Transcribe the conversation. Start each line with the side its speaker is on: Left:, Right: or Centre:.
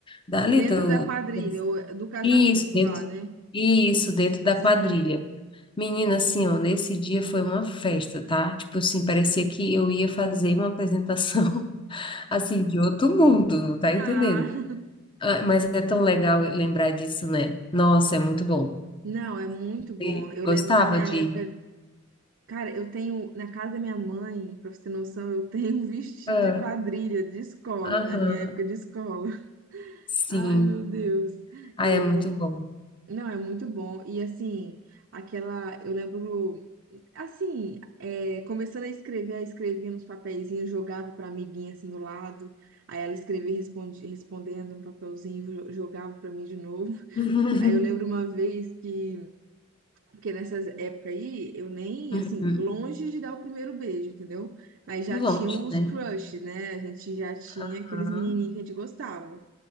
Left: Dali
Right: Dentro
Left: do,
Right: da quadrilha, ou do casamento
Left: isso, dentro,
Right: lá, né?
Left: isso, dentro da
Right: Sim.
Left: quadrilha. Menina, assim, ó, nesse dia foi uma festa, tá? Tipo assim, parecia que eu ia fazer uma apresentação, <laughs> assim, de outro mundo, tá entendendo?
Right: Ah, <laughs>
Left: Ah, Mas é tão legal lembrar disso, né? Nossa, é muito bom.
Right: não, é muito bom.
Left: Você
Right: Eu
Left: gostava
Right: lembro na minha
Left: de
Right: época, cara, eu tenho, na casa da minha mãe, pra você ter noção, eu tenho um vestido
Left: Ah,
Right: de quadrilha de escola,
Left: aham,
Right: da minha época de escola.
Left: sim.
Right: Ai, meu Deus.
Left: Ah,
Right: Eu,
Left: é muito bom.
Right: não, é muito bom. E assim, aquela, eu lembro, assim, é, começando a escrever, aí escrevia nos papeizinhos, jogava pra amiguinha assim do lado. Aí ela escrevia responde, respondendo no papelzinho, jo- jogava pra mim de novo. <laughs>
Left: <laughs>
Right: Aí eu lembro uma vez que, que nessas épocas aí, eu nem,
Left: Uhum.
Right: assim, longe de dar o primeiro beijo, entendeu? Mas já
Left: Longe,
Right: tinha os
Left: né?
Right: crushes, né? A gente já tinha
Left: Aham,
Right: aqueles menininhos que a gente gostava.